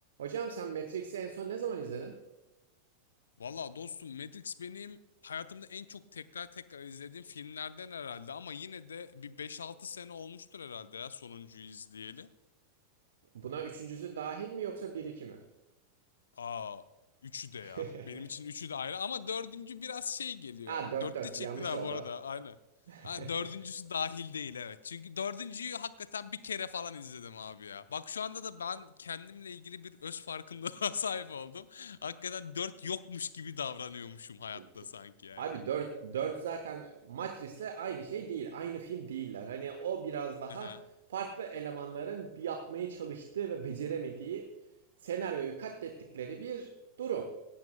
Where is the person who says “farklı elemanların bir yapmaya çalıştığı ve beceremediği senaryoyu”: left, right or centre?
Right